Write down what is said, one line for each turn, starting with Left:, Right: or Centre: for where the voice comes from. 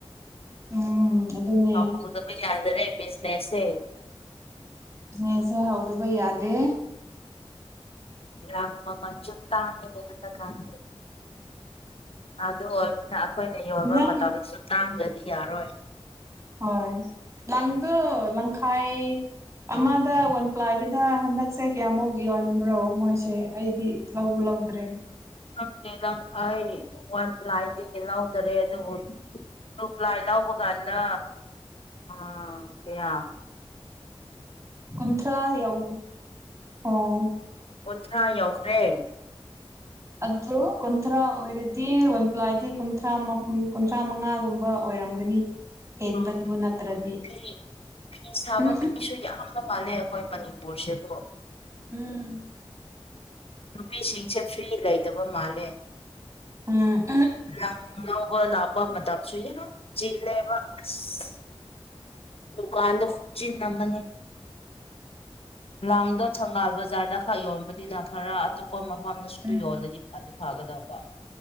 Right: ꯎꯝ ꯑꯗꯨꯅꯦ
Left: ꯍꯥꯎꯗꯕ ꯌꯥꯗꯔꯦ ꯕꯤꯖꯤꯅꯦꯁꯁꯦ
Right: ꯑꯦ ꯁꯦ ꯍꯧꯎꯗꯕꯩ ꯌꯥꯗꯦ
Left: ꯂꯪ ꯃꯃꯜꯁꯨ ꯇꯥꯡꯉꯤ ꯍꫭꯖꯤꯛꯀꯟꯗꯤ ꯑꯗꯨ ꯑꯣꯏꯕꯅꯤꯅ ꯑꯩꯈꯣꯏꯅ ꯌꯣꯟꯕ
Right: ꯅꯪ
Left: ꯃꯇꯝꯁꯨ ꯇꯥꯡꯒꯗꯤ ꯌꯥꯔꯣꯏ
Right: ꯍꯣꯏ ꯂꯪꯗ ꯂꯪꯈꯥꯏ ꯑꯃꯗ ꯋꯥꯟ ꯄ꯭ꯂꯥꯏꯗꯨꯗ ꯍꯟꯗꯛꯁꯦ ꯀꯌꯥꯃꯨꯛ ꯌꯣꯟꯕ꯭ꯔꯣ ꯃꯣꯏ ꯦ ꯑꯩꯗꯤ ꯂꯥꯎꯕꯨ ꯂꯧꯗ꯭ꯔꯦ
Left: ꯈꯪꯗꯦ ꯅꯪ ꯑꯩ ꯋꯥꯟ ꯄ꯭ꯂꯥꯏꯗꯒꯤ ꯂꯧꯗꯔꯦ ꯑꯗꯨꯕꯨ ꯇꯨ ꯄ꯭ꯂꯥꯏ ꯂꯧꯕ ꯀꯥꯟꯗ ꯑꯥ ꯑꯣꯀꯌꯥ
Right: ꯀꯨꯟꯊ꯭ꯔꯥ ꯌꯎ ꯑꯣ
Left: ꯀꯨꯟꯊ꯭ꯔꯥ ꯌꯧꯈ꯭ꯔꯦ
Right: ꯑꯗꯨꯣ ꯀꯟꯊꯔ ꯑꯣꯏꯗꯗꯤ ꯑꯣꯟ ꯄ꯭ꯂ ꯍꯥꯏꯗꯗꯤ ꯀꯟꯊꯔ ꯃ ꯀꯨꯟꯊ꯭ꯔꯥ ꯃꯉꯥꯒꯨꯝꯕ ꯑꯣꯏꯔꯝꯒ ꯌꯦꯟꯗꯗꯕꯨꯅꯠꯇ꯭ꯔꯗꯤ
Left: ꯈꯪꯗꯦ ꯐꯤ ꯐꯤ ꯁꯥꯕ
Right: ꯎꯝ
Left: ꯃꯤꯁꯨ ꯌꯥꯝꯕ ꯃꯥꯜꯂꯦ ꯑꯩꯈꯣꯏ ꯃꯅꯤꯄꯨꯔꯁꯦꯀꯣ
Right: ꯎꯝ
Left: ꯅꯨꯄꯤꯁꯤꯡꯁꯦ ꯐ꯭ꯔꯤ ꯂꯩꯇꯕ ꯃꯥꯜꯂꯦ
Right: ꯎꯝ
Left: ꯌꯥꯝ ꯂꯧꯕ ꯂꯥꯛꯄ ꯃꯇꯝꯁꯨ ꯌꯥꯝ ꯆꯤꯜꯂꯦꯕ ꯑꯁ ꯗꯨꯀꯥꯟꯗ ꯈꯨꯠꯆꯤꯟꯝꯃꯅꯤ ꯂꯥꯡꯗꯣ ꯊꯪꯒꯥꯕ ꯕꯖꯥꯔꯗ ꯈꯔ ꯌꯣꯟꯕꯅꯤꯅ ꯈꯔ ꯑꯇꯞ ꯑꯩꯈꯣꯏ ꯃꯐꯝꯗꯁꯨ
Right: ꯎꯝ
Left: ꯌꯣꯜꯂꯗꯤ ꯐꯗꯤ ꯐꯥꯒꯗꯧꯕ